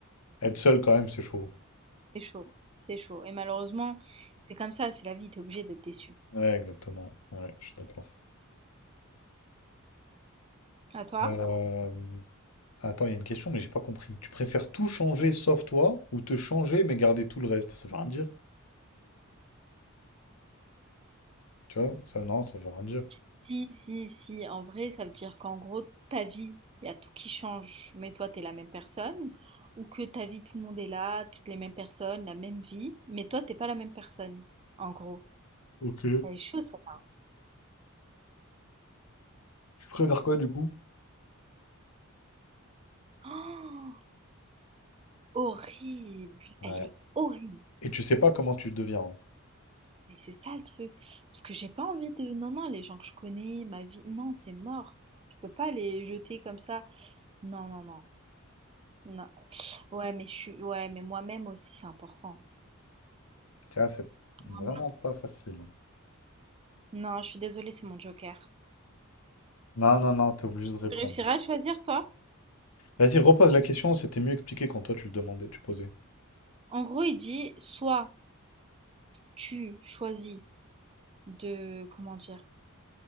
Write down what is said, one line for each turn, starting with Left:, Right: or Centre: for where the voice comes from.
Left: Être seul quand même, c'est chaud.
Right: c'est chaud, c'est chaud. Et malheureusement, c'est comme ça, c'est la vie, t'es obligé d'être déçu.
Left: Ouais, exactement. Ouais, je suis d'accord.
Right: À toi?
Left: Euh, Attends, il y a une question, mais j'ai pas compris. Tu préfères tout changer sauf toi ou te changer mais garder tout le reste? Ça veut rien dire. Tu vois? Ça, non, ça veut rien dire.
Right: Si, si, si, en vrai, ça veut dire qu'en gros, ta vie, il y a tout qui change, mais toi, t'es la même personne, ou que ta vie, tout le monde est là, toutes les mêmes personnes, la même vie, mais toi, t'es pas la même personne, en gros.
Left: Ok.
Right: Elle est chaude, celle-là.
Left: Tu préfères quoi du coup?
Right: <gasps> Oh, horrible,
Left: Ouais.
Right: elle est horrible.
Left: Et tu sais pas comment tu deviens. hein.
Right: Mais c'est ça le truc. Parce que j'ai pas envie de. Non, non, les gens que je connais, ma vie. Non, c'est mort. Je peux pas les jeter comme ça. Non, non, non. Non. Ouais, mais je suis. Ouais, mais moi-même aussi, c'est important.
Left: Tu vois, c'est
Right: Moi-même.
Left: vraiment pas facile. hein.
Right: Non, je suis désolée, c'est mon joker.
Left: Non, non, non, t'es obligé de répondre.
Right: Tu réussiras à choisir, toi?
Left: Vas-y, repose la question, c'était mieux expliqué quand toi tu le demandais, tu posais.
Right: En gros, il dit soit tu choisis de. Comment dire?